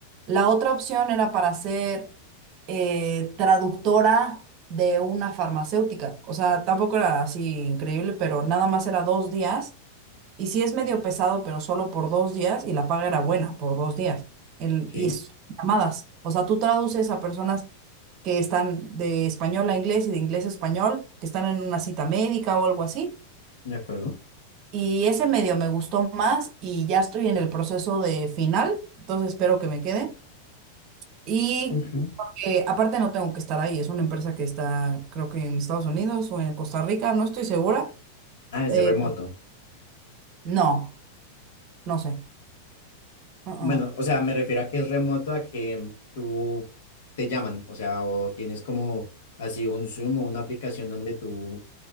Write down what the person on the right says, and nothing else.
La otra opción era para ser eh, traductora de una farmacéutica. O sea, tampoco era así increíble, pero nada más era dos días. Y sí es medio pesado, pero solo por dos días y la paga era buena por dos días. El,
y es llamadas. O sea, tú traduces a personas que están de español a inglés y de inglés a español, que están en una cita médica o algo así.
Y ese medio me gustó más y ya estoy en el proceso de final, entonces espero que me quede. Y
eh, aparte no tengo que estar ahí, es una empresa que está creo que en Estados Unidos o en Costa Rica, no estoy segura.
Eh,
no, no sé. Uh-uh.